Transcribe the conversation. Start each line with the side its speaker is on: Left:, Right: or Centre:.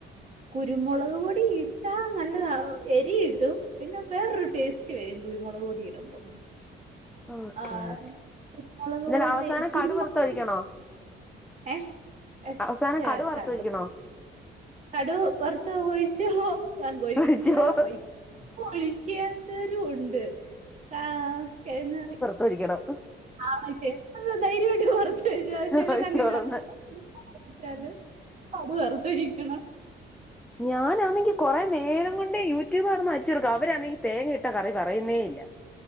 Right: കുരുമുളക് പൊടി ഇട്ടാ നല്ലതാ എരി ഇട്ടും പിന്നെ വേറൊരു ടേസ്റ്റ് വരും കുരുമുളക് പൊടി ഇടുമ്പോ
Centre: ഓക്കെ
Right: ആഹ്
Centre: ഓക്കെ
Right: കുരുമുളക്
Centre: എന്നിട്ട്
Right: പൊടി
Centre: അവസാനം
Right: കുരുമുളക്
Centre: കടു വറുത്തൊഴിക്കണോ
Right: <unintelligible>
Centre: അവസാനം കടു വറുത്തൊഴിക്കണോ
Right: കടുക്‌ കടു വറുത്ത് ഒഴിച്ചോ <unintelligible> ഒഴിക്കുന്ന്‌
Centre: ഒഴിച്ചോ
Right: ഒഴി ഒഴിക്കാത്തവരുംഉണ്ട് ആഹ് കെഴങ്ങു കറി
Centre: തൊഴിക്കണം.
Right: ആ മറ്റേ ധൈര്യമായിട്ട് പറ ത് ചെലരങ്ങനെയാണ്
Centre: ഒഴിച്ചോളന്ന്
Right: <unintelligible> ച്ചാലും കടു വറുത്തൊഴിക്കണം
Centre: ഞാനാണെങ്കി കൊറെ നേരം കൊണ്ട് യൂട്യൂബ് കടന്ന് അരിച്ച്പെറക്കുവ അവരാണെങ്കിൽ തേങ്ങ ഇട്ട കറി പറയുന്നേ ഇല്ല.